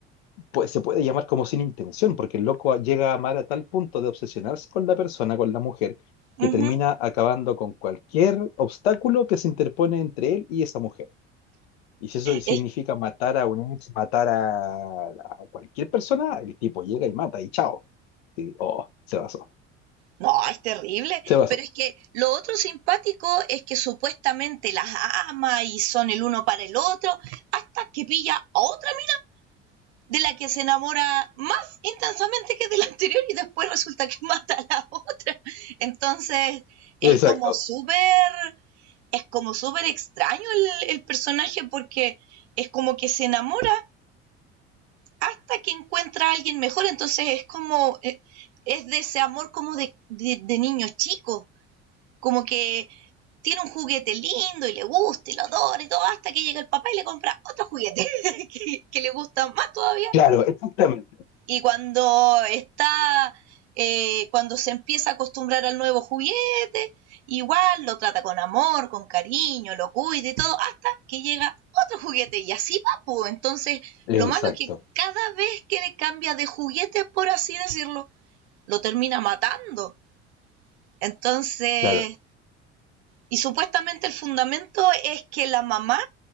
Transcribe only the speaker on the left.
pues se puede llamar como sin intención, porque el loco llega a amar a tal punto de obsesionarse con la persona, con la mujer,
que termina
acabando con cualquier obstáculo que se interpone entre él y esa mujer. Y si eso significa
matar a un ex, matar a, a cualquier persona, el tipo llega y mata y chao. Sí, oh, se basó.
Se basó.
Exacto.
Claro, exactamente.
Exacto.
Claro.